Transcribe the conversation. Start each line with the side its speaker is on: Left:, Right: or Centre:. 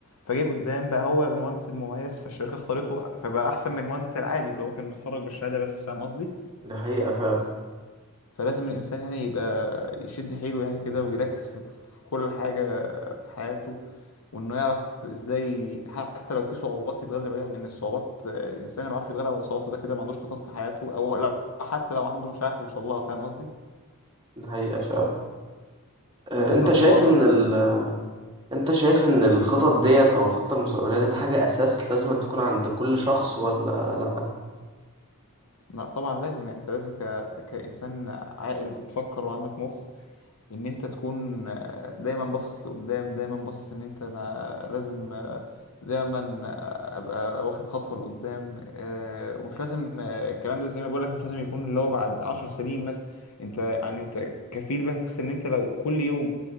Left: فجه قدام بقى هو المهندس المميز فالشركة اختارته فبقى احسن من المهندس العادي اللي هو كان متخرج بالشهادة بس فاهم قصدي
Right: دي حقيقه فعلا
Left: فلازم الإنسان يعني يبقى يشد حيله يعني كده ويركز في, في كل حاجة في حياته وإنه يعرف إزاي حتى لو في صعوبات يتغلب عليها لأن الصعوبات آه، الإنسان ما بيعرفش يتغلب على صعوباته ده كده ما عندوش خطط في حياته أو لو حتى لو عنده مش عارف يوصل لها فاهم قصدي؟
Right: دي حقيقه فعلا آه انت
Left: فالحوار
Right: شايف ان ال...
Left: آه،
Right: انت شايف ان الخطط ديت او الخطه المستقبليه ديت حاجه اساس لازم تكون عند كل شخص ولا لا
Left: لا طبعا لازم يعني أنت لازم ك... كإنسان عاقل بتفكر وعندك مخ ان انت تكون آه، دايما باصص لقدام دايما باصص ان انت انا لازم آه، دايما آه، ابقى واخد خطوه لقدام آه، ومش لازم آه، الكلام ده زي ما بقول لك مش لازم يكون اللي هو بعد عشر سنين مثلا انت يعني انت كفيل بس ان انت لو كل يوم